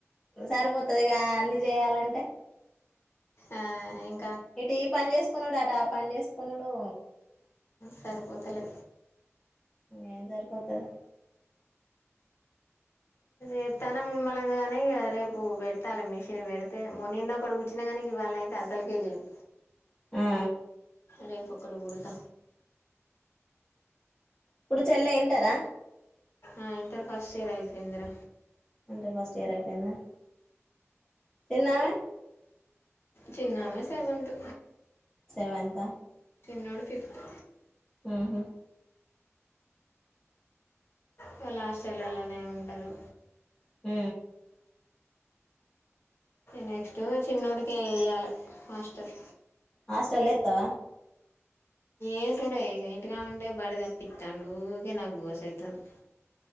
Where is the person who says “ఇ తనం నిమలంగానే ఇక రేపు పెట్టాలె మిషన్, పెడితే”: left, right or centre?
Left